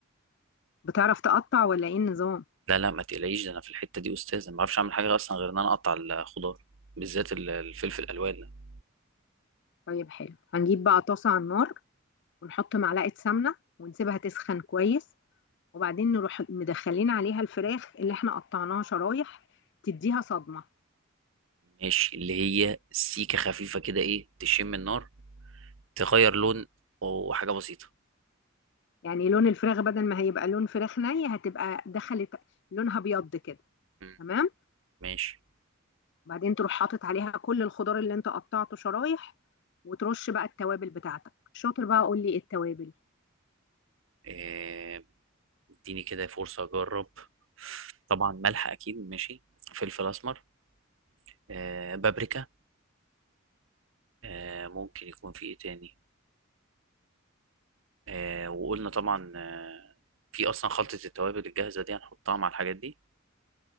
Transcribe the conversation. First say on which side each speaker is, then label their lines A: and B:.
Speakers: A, on the left (about 60°); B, on the right (about 70°).
A: بتعرف تقطع ولا ايه النظام
B: لا لا ما تقلقيش ده انا في الحتة دي استاذ انا ما بعرفش اعمل حاجة اصلا غير ان انا اقطع الخضار بالذات ال- الفلفل الالوان
A: طيب حلو هنجيب بقى طاسة على النار ونحط معلقة سمنة ونسيبها تسخن كويس وبعدين نروح مدخلين عليها الفراخ اللي احنا قطعناها شرايح تديها صدمة
B: ماشي اللي هي سيكة خفيفة كده ايه تشم النار تغير لون وحاجة بسيطة
A: يعني لون الفراخ بدل ما هيبقى لون فراخ ني هتبقى دخلت لونها بيض كده
B: مم.
A: تمام
B: ماشي
A: وبعدين تروح حاطط عليها كل الخضار اللي انت قطعته شرايح وترش بقى التوابل بتاعتك شاطر بقى قول لي ايه التوابل
B: آه، اديني كده فرصة اجرب طبعا ملح اكيد ماشي فلفل اسمر آه، بابريكا آه، ممكن يكون في ايه تاني آه، وقلنا طبعا آه، في اصلا خلطة التوابل الجاهزة دي هنحطها مع الحاجات دي